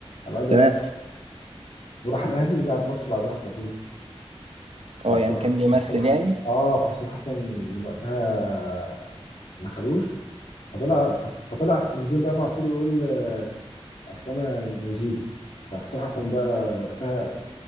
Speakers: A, on the left; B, on the right.
A: قام قال له
B: تمام
A: لا وراح الاهلي ولعب ماتش بعدها على طول
B: اه
A: فحسام
B: يعني
A: ح-
B: كان بيمثل
A: حسام حسن
B: يعني
A: اه فحسام حسن من وقتها ما خدوش فطلع فط- فطلع في التلفزيون بقى معشور يقول آه، اصل انا نيجيري فحسام حسن بقى وقتها